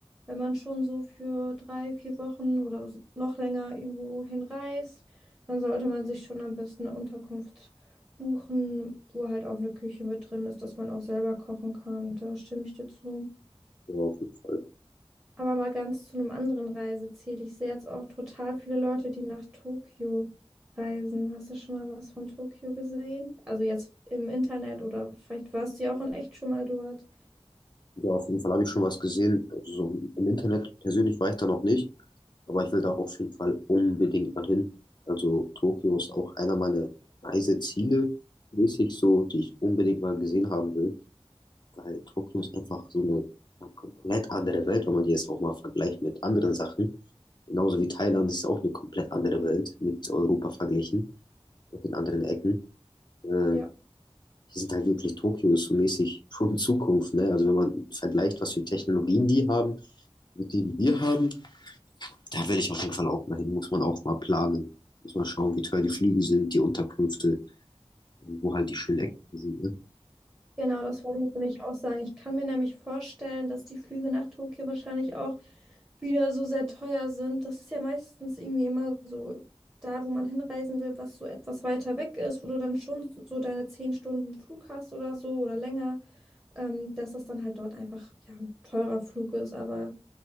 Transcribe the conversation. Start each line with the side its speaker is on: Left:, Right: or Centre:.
Right: Wenn man schon so für drei, vier Wochen oder so- noch länger irgendwo hinreist, dann sollte man sich schon am besten eine Unterkunft buchen, wo halt auch eine Küche mit drin ist, dass man auch selber kochen kann. Da stimme ich dir zu.
Left: Ja, auf jeden Fall.
Right: Aber mal ganz zu einem anderen Reiseziel. Ich sehe jetzt auch total viele Leute, die nach Tokio reisen. Hast du schon mal was von Tokio gesehen? Also jetzt im Internet oder vielleicht warst du ja auch in echt schon mal dort.
Left: Ja, auf jeden Fall habe ich schon was gesehen. Also so im Internet persönlich war ich da noch nicht, aber ich will da auf jeden Fall unbedingt mal hin. Also Tokio ist auch einer meiner Reiseziele, mäßig so, die ich unbedingt mal gesehen haben will. Weil Tokio ist einfach so eine ja, komplett andere Welt, wenn man die jetzt auch mal vergleicht mit anderen Sachen. Genauso wie Thailand ist auch eine komplett andere Welt mit Europa verglichen und in anderen Ecken. Äh,
Right: Ja.
Left: die sind halt wirklich Tokio ist so mäßig schon Zukunft, ne? Also wenn man vergleicht, was für Technologien die haben mit denen wir haben, da will ich auf jeden Fall auch mal hin, muss man auch mal planen. Muss man schauen, wie teuer die Flüge sind, die Unterkünfte und wo halt die schönen Ecken sind, ne?
Right: Genau, das wollte ich nämlich auch sagen. Ich kann mir nämlich vorstellen, dass die Flüge nach Tokio wahrscheinlich auch wieder so sehr teuer sind. Das ist ja meistens irgendwie immer so da, wo man hinreisen will, was so etwas weiter weg ist, wo du dann schon so deine zehn Stunden Flug hast oder so oder länger, ähm, dass das dann halt dort einfach ja ein teurer Flug ist. Aber